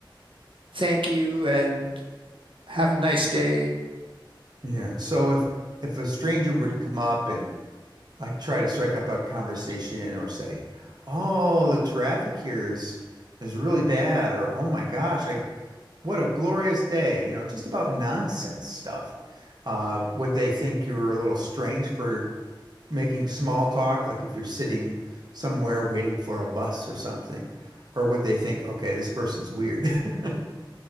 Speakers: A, on the right; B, on the right.
A: thank you and have a nice day.
B: Yeah. So if if a stranger were to come up and like try to strike up a conversation or say, "Oh, the traffic here is is really bad," or "Oh my gosh, I What a glorious day, you know, just about nonsense stuff. Uh, would they think you were a little strange for making small talk, like if you're sitting somewhere waiting for a bus or something? Or would they think, okay, this person's weird? <laughs>